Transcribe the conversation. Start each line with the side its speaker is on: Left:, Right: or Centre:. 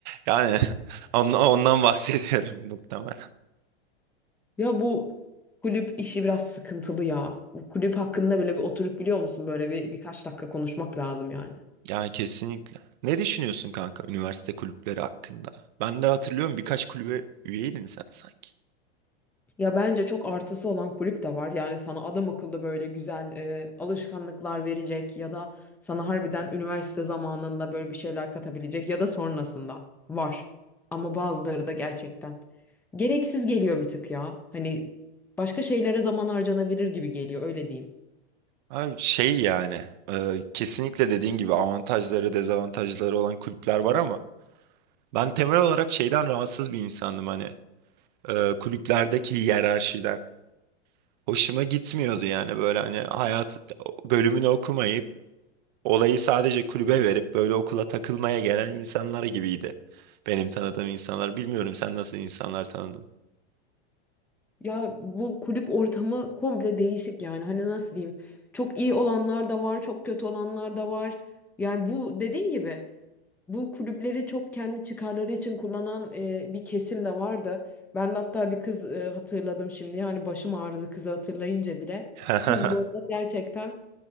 Right: Yani ondan, ondan bahsediyorum <laughs> muhtemelen.
Centre: Ya bu kulüp işi biraz sıkıntılı ya. Bu kulüp hakkında böyle bir oturup biliyor musun? Böyle bir birkaç dakika konuşmak lazım yani.
Right: Yani kesinlikle. Ne düşünüyorsun kanka üniversite kulüpleri hakkında? Ben de hatırlıyorum birkaç kulübe üyeydin sen sanki.
Centre: Ya bence çok artısı olan kulüp de var. Yani sana adam akıllı böyle güzel e, alışkanlıklar verecek ya da sana harbiden üniversite zamanında böyle bir şeyler katabilecek ya da sonrasında var. Ama bazıları da gerçekten gereksiz geliyor bir tık ya. Hani başka şeylere zaman harcanabilir gibi geliyor öyle diyeyim.
Right: Abi şey yani e, kesinlikle dediğin gibi avantajları dezavantajları olan kulüpler var ama Ben temel olarak şeyden rahatsız bir insandım hani e, kulüplerdeki hiyerarşiden. Hoşuma gitmiyordu yani böyle hani hayat bölümünü okumayıp olayı sadece kulübe verip böyle okula takılmaya gelen insanlar gibiydi. Benim tanıdığım insanlar bilmiyorum sen nasıl insanlar tanıdın?
Centre: Ya bu kulüp ortamı komple değişik yani. Hani nasıl diyeyim? Çok iyi olanlar da var, çok kötü olanlar da var. Yani bu dediğin gibi bu kulüpleri çok kendi çıkarları için kullanan e, bir kesim de vardı. Ben de hatta bir kız e, hatırladım şimdi. Yani başım ağrıdı kızı hatırlayınca bile.
Right: <laughs>
Centre: Kız bu arada gerçekten